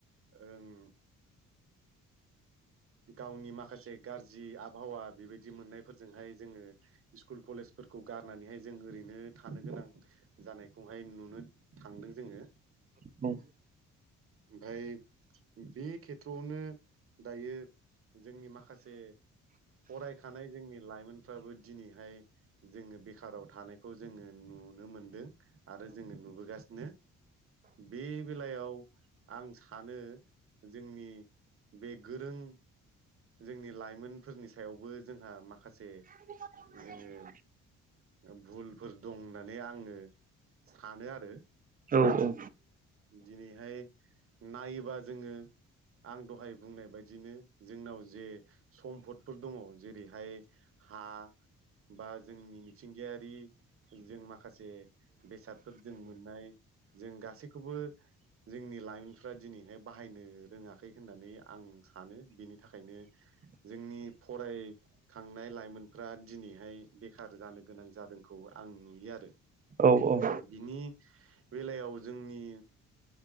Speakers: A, on the right (about 45°); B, on the right (about 30°).
A: ओं गावनि माखासे गाज्रि आबहावा बेबायदि मोननायफोरजोंहाय जोङो स्कुल कलेजफोरखौ गारनानैहाय जों ओरैनो थानो गोनां जानायखौहाय नुनो थांदों जोङो।
B: औ
A: ओमफाय बे खेथ्रआवनो दायो जोंनि माखासे फरायखानाय जोंनि लाइ लाइमोनफ्राबो दिनैहाय जोङो बेखाराव थानायखौ जोङो नु नो मोनदों आरो जोङो नुबोगासिनो। बे बेलायाव आं सानो जोंनि बे गोरों जोंनि लाइमोनफोरनि सायावबो जोंहा माखासे
B: <inaudible>
A: जोङो भुलफोर दं होननानै आङो सानो आरो
B: औ औ
A: दिनैहाय नायोबा जोङो आं दहाय बुंनाय बायदि बिदिनो जोंनाव जे सम्फदफोर दङ जेरैहाय हा बा जोंनि मिथिंगायारि जों माखासे बेसादफोर जों मोननाय जों गासैखौबो जोंनि लाइमोनफ्रा दिनैहाय बाहायनो रोङाखै होननानै आं सानो बिनि थाखायनो
B: <inaudible>
A: जोंनि फरायखांनाय लाइमोनफ्रा दिनैहाय बेखार जानो गोनां जादोंखौ आं नुयो आरो।
B: औ औ
A: बिनि बेलायाव जोंनि